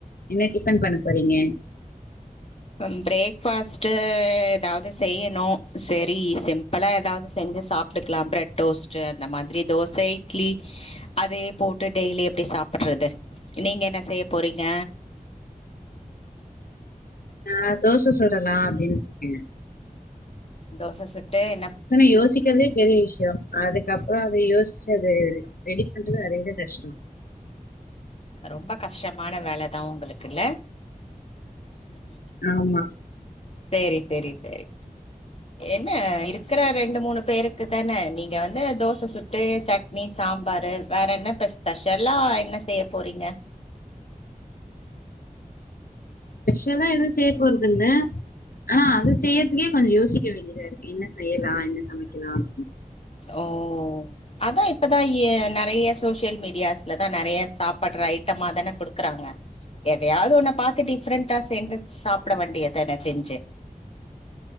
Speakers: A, on the left; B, on the left.
A: என்ன டிஃபன் பண்ண போறீங்க
B: அம் பிரேக்ஃபாஸ்ட்டு எதாவது செய்யணு செரி சிம்பளா எதாவது செஞ்சி சாப் டுக்லா பிரெட் டோஸ்ட்டு அந்த மாதிரி தோச இட்லி அதே போட்டு டெய்லி எப்டி சாப்புட்றது நீங்க என்ன செய்ய போறீங்க
A: நா தோச சுடலா அப்டின்ருக்கே
B: தோச சுட்டு என்னப்
A: த நா யோசிக்கவே பெரிய விஷயோ அதுக்கப்பறோ அத யோசிச்சி அது ரெடி பண்றது அதை விட கஷ்டோ
B: ரொம்ப கஷ்டமான வேலதா ஒங்களுக்குல்ல
A: ஆமா
B: சேரி செரி சேரி என்ன இருக்குற ரெண்டு மூணு பேருக்கு தான நீங்க வந்து தோச சுட்டு சட் னீ சாம்பாரு வேற என்ன பெஸ் ஸ்பெஷலா என்ன செய்ய போறீங்க
A: ஸ்பெஷலா எது செய்ய போறதில்ல ஆனா அத செய்யற்துக்கே கொஞ்சோ யோசிக்க வேண்டியதா இருக்கு என்ன செய்யலா என்ன சமைக்கலா அப்டின்னு
B: ஓ அதா இப்பதா எ நெறையா சோசியல் மீடியாஸ் லதா நெறையா சாப்பட்ற ஐட்டமா தான குடுக்குறாங்க எதையாவது ஒன்ன பாத்து டிஃப்ரெண்டா சேந்து சாப்ட வேண்டியதான செஞ்சு